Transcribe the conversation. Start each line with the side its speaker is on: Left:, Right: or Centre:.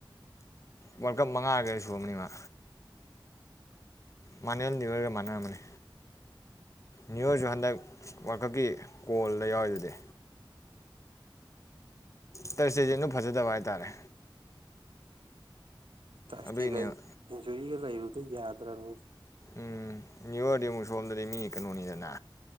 Left: ꯋꯥꯔꯜꯀꯞ ꯃꯉꯥꯒ ꯁꯨꯔꯝꯅꯤ ꯃꯥ ꯃꯥꯟꯅꯦꯟꯂꯤꯕꯦꯔꯒ ꯃꯥꯟꯅꯔꯝꯕꯅꯤ ꯅ꯭ꯌꯔꯁꯨ ꯍꯟꯗꯛ ꯋꯥꯜꯀꯞꯀꯤ ꯀꯣꯜꯗ ꯌꯥꯎꯔꯤꯗꯨꯗꯤ ꯇꯔꯁꯇꯦꯁꯦ ꯗꯨ ꯐꯖꯗꯕ ꯍꯥꯏꯇꯥꯔꯦ
Right: ꯇꯥꯁꯇꯦꯒꯥꯟ
Left: ꯑꯗꯨꯒꯤꯅꯦꯕ
Right: ꯏꯟꯖꯨꯔꯤ ꯂꯩꯕꯗꯩꯩ ꯌꯥꯗꯔꯝꯅꯤ
Left: ꯎꯝ ꯅ꯭ꯌꯨ ꯌꯔꯗꯤ ꯑꯃꯨꯛ ꯁꯣꯝꯗꯗꯤ ꯃꯤ ꯀꯩꯅꯣꯅꯤꯗꯅ